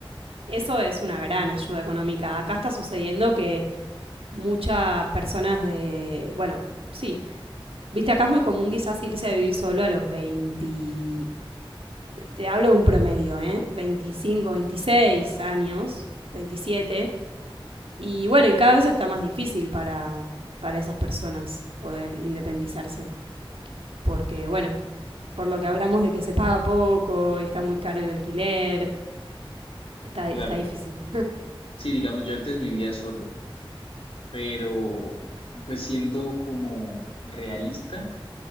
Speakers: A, on the right; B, on the left.
A: Eso es una gran ayuda económica. Acá está sucediendo que muchas personas de, bueno, sí, Viste, acá es muy común quizás irse a vivir solo a los veinte te hablo de un promedio, ¿eh? veinticinco 26 años, veintisiete Y bueno, y cada vez está más difícil para, para esas personas poder independizarse. Porque bueno, por lo que hablamos de que se paga poco y está muy caro el alquiler, está,
B: Claro,
A: está difícil.
B: sí, digamos, yo antes vivía solo, pero pues siendo como realista,